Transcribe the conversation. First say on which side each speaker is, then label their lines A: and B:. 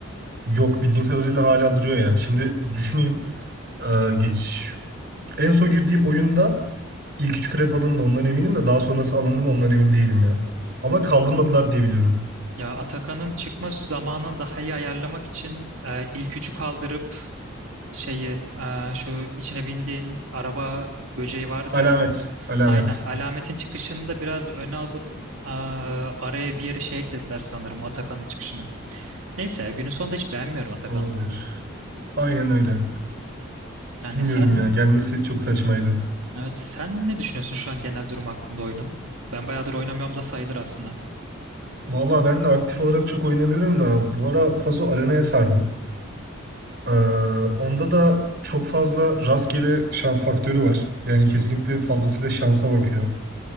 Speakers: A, on the right; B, on the right.
A: Yok bildiğim kadarıyla hala duruyor ya. Şimdi düşüneyim. Ee, geç. En son girdiğim oyunda ilk üç krep alındı ondan eminim de daha sonrası alındı mı ondan emin değilim ya. Ama kaldırmadılar diye biliyorum.
B: Ya Atakan'ın çıkma zamanını daha iyi ayarlamak için e, ilk üçü kaldırıp şeyi e, şu içine bindiğin araba böceği vardı
A: Alamet.
B: ya.
A: Alamet.
B: Aynen alametin çıkışını da biraz öne alıp e, araya bir yere şey eklediler sanırım Atakan'ın çıkışını. Neyse günün sonunda hiç beğenmiyorum Atakan'ı.
A: Olabilir. Aynen öyle.
B: Yani
A: Bilmiyorum
B: sen
A: ya gelmesi çok saçmaydı.
B: evet sen ne düşünüyorsun şu an genel durum hakkında oyunun? Ben bayağıdır oynamıyorum da sayılır aslında.
A: Vallahi ben de aktif olarak çok oynamıyorum da bu ara Paso Arena'ya sardım. Ee, onda da çok fazla rastgele şans faktörü var. Yani kesinlikle
B: Hı hı.
A: fazlasıyla şansa bakıyor.